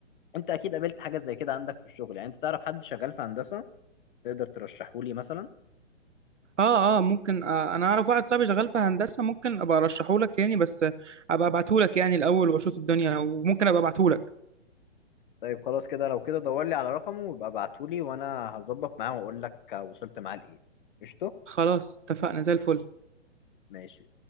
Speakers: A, on the left; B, on the right.
A: أنت أكيد قابلت حاجة زي كده عندك في الشغل يعني أنت تعرف حد شغال في هندسة تقدر ترشحه لي مثلا
B: اه اه ممكن آه انا اعرف واحد صاحبي شغال في هندسه ممكن ابقى ارشحه لك يعني بس ابقى ابعته لك يعني الاول واشوف الدنيا وممكن ابقى ابعته لك
A: طيب خلاص كده لو كده دور لي على رقمه ويبقى ابعته لي وأنا هظبط معاه وأقول لك وصلت معاه لإيه قشطة
B: خلاص اتفقنا زي الفل
A: ماشي